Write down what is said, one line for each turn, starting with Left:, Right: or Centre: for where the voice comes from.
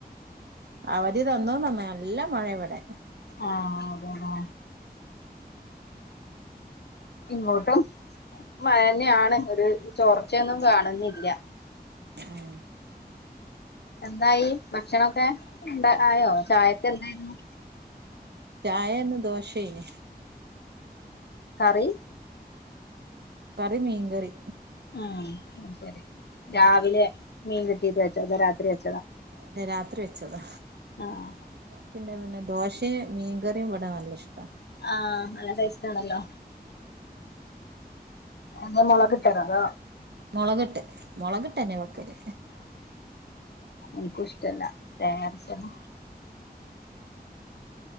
Right: അവധി തന്നോന്നന്ന നല്ല മഴേ ഇവടെ
Left: ആഹ് അതെല്ലേ ഇങ്ങോട്ടും മഴേന്നാണ് ഒരു ചോർച്ചയൊ ന്നും കാണുന്നില്ല
Right: ഉം
Left: എന്തായി ഭക്ഷണൊക്കെ എന്താ ആയോ ചായക്ക് എന്തേരുന്നു
Right: ചായായിന്ന് ദോശയേനി
Left: കറി
Right: കറി മീൻങ്കറി
Left: ആ ശരി രാവിലെ മീൻ കിട്ടീട്ട് വെച്ചോ അതോ രാത്രി വെച്ചോ
Right: ല്ല രാത്രി വെച്ചതാ
Left: ആഹ്
Right: പന്നെ പിന്നെ ദോശയും മീൻകറിയും ഇവിടെ നല്ല ഇഷ്ടാ
Left: ആ നല്ല ടെസ്റ്റാണല്ലോ അല്ലാ മുളക് ഇട്ടതോ അതോ
Right: മുളക് ട്ട് മൊളകിട്ടന്നെ വെക്കല്
Left: ൻക്കൂ ഇഷ്ടല്ല തേങ്ങരച്ചത്